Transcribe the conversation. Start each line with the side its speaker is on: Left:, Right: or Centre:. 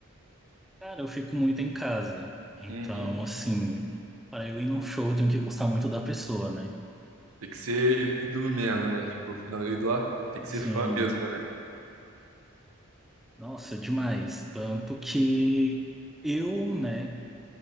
Centre: Cara, eu fico muito em casa. Então,
Right: Uhum.
Centre: assim, para eu ir num show, eu tenho que gostar muito da pessoa, né?
Right: Tem que ser í- ídolo mesmo, né? Tipo, não, ídolo, ó, tem que
Centre: Sim.
Right: ser fã mesmo, né?
Centre: Nossa, demais. Tanto que eu, né,